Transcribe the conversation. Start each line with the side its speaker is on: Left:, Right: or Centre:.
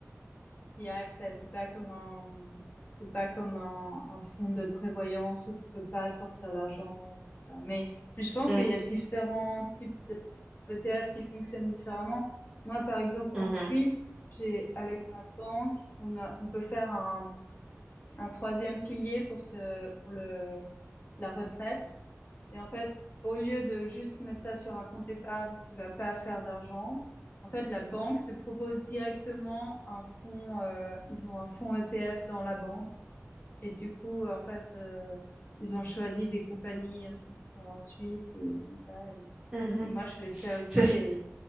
Left: y a accès. C'est pas comme un, c'est pas comme un, un fonds de prévoyance où tu peux pas sortir l'argent comme ça. Mais, mais je pense
Right: Mm,
Left: qu'il y a différents types d'ETF qui fonctionnent différemment. Moi, par exemple,
Right: mhm,
Left: en Suisse, j'ai avec ma banque, on a, on peut faire un, un troisième pilier pour ce, pour le la retraite. Et en fait, au lieu de juste mettre ça sur un compte épargne qui va pas faire d'argent, en fait, la banque te propose directement un fonds. euh, ils ont un fonds ETF dans la banque. Et du coup, euh, en fait, euh, ils ont choisi des compagnies aussi qui sont en Suisse ou comme ça. Et,
Right: mhm.
Left: et moi, je l'ai fait aussi
Right: Ça, c-
Left: et